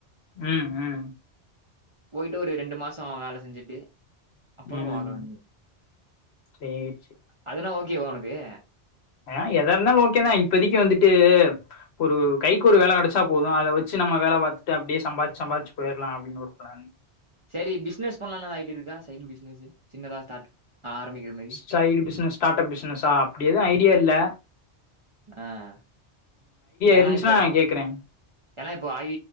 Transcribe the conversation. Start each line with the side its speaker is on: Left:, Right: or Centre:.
Left: உம் உம்
Right: போயிட்டு ஒரு ரெண்டு மாஷோ வேல செஞ்சுட்டு அப்ரோ
Left: ம்
Right: பாக்கல நி
Left: சேரி
Right: அதுனா ஓகேவா உனக்கு பே
Left: ஏ எதா இருந்தாலும் ஓகேதா இப்பதைக்கு வந்துட்டு ஒரு கைக்கு ஒரு வேலை கிடைச்சா போதும் அதை வச்சு நம்ம வேலை பார்த்து அப்படியே சம்பார்ச்சு சம்பார்ச்சு போயிரலா அப்படின்னு ஒரு பிளான்
Right: சரி பிசினஸ் பண்ணன ஐ டியா இருக்கா சைடு பிசினஸ் சின்னதா ஸ்டார்ட் ஆரம்பிக்கிற மாரி.
Left: சைடு பிசினஸ் ஸ்டார்டப் பிசினஸ அப்படி எதும் ஐடி அடியல்ல
Right: ஆஹ் ஏனா
Left: இருந்துச்சுன்னா
Right: இப்போ
Left: கேக்குறே
Right: ஏனா இப்போ ஐ